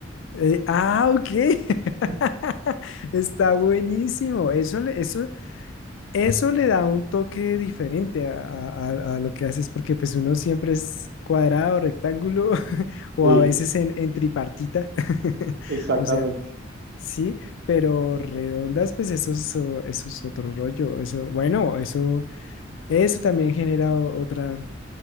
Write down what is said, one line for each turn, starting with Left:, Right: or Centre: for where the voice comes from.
Left: Eh, ah, ok. <laughs>
Right: <laughs>
Left: Está buenísimo. Eso, le- eso, eso le da un toque diferente a, a- a- a lo que haces, porque pues uno siempre es cuadrado, rectángulo, <laughs> o
Right: Sí,
Left: a veces en, en tripartita. <laughs>
Right: exactamente,
Left: O sea, sí, pero redondas, pues eso es, o- eso es otro rollo. Eso, bueno, eso, eso también genera o- otra